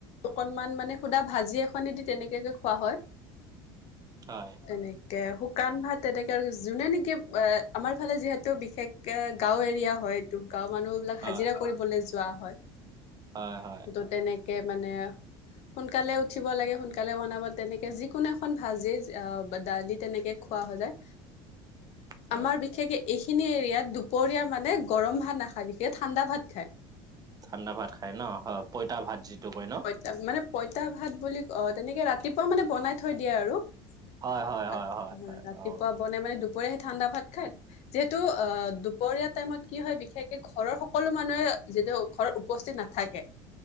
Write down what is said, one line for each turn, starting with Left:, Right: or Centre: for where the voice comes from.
Left: অকনমান মানে সুদা ভাজি এখনেদি তেনেকেকে খোৱা হয়।
Right: হয়।
Left: তেনেকে শুকান ভাত তেনেকে আৰু যোনে নেকি আমাৰ ফালে যিহেতু বিশেষ কে গাও এৰিয়া হয়টো গাওৰ মানুহ বিলাক
Right: হয়
Left: হাজিৰা কৰিবলৈ যোৱা হয়
Right: হয় হয়।
Left: ত' তেনেকে মানে সোনকালে উঠিব লাগে, সোনকালে বনাব তেনেকে যিকোনো এখন ভাজি, দালি তেনেকে খোৱা হৈ যায়।
Right: হয়
Left: আমাৰ বিশেষকে এইখিনি এৰিয়াত দূপৰীয়া মানে গৰম ভাত নাখায় বিশেষ ঠাণ্ডা ভাত খায়।
Right: ঠাণ্ডা ভাত খাই ন? হয়, পইতা ভাত যিটো কয় ন?
Left: পইতা মানে পইতা ভাত বুলি অ তেনেকে ৰাতিপুৱা মানে বনাই থৈ দিয়ে আৰু।
Right: হয় হয় হয়
Left: ৰাতিপুৱা
Right: হয় হয় অ
Left: বনাই মানে দুপৰীয়া হেত ঠাণ্ডা ভাত খাই, যিহেতু অ' দুপৰীয়া টাইমত কি হয় বিশেষকে ঘৰৰ সকলো মানুহে যেদিয়া ঘৰত উপস্থিত নাথাকে